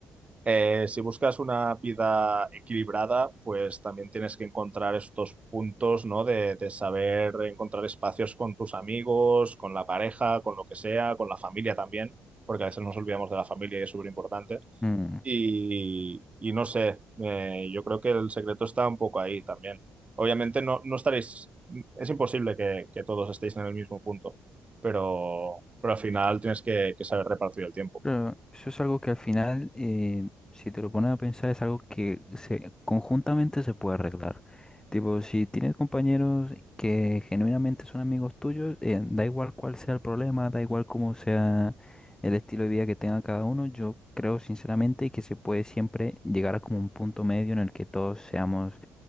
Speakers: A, on the right; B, on the left.
A: eh, si buscas una vida equilibrada, pues también tienes que encontrar estos puntos, ¿no? De, de saber encontrar espacios con tus amigos, con la pareja, con lo que sea, con la familia también, porque a veces nos olvidamos de la familia y es súper importante.
B: Mm.
A: Y, y no sé, eh, yo creo que el secreto está un poco ahí también. Obviamente no, no estaréis, es imposible que, que todos estéis en el mismo punto, pero, pero al final tienes que, que saber repartir el tiempo.
B: Claro, eso es algo que al final, eh, si te lo pones a pensar, es algo que se, conjuntamente se puede arreglar. Tipo, si tienes compañeros que genuinamente son amigos tuyos, eh, da igual cuál sea el problema, da igual cómo sea el estilo de vida que tenga cada uno, yo creo sinceramente que se puede siempre llegar a como un punto medio en el que todos seamos,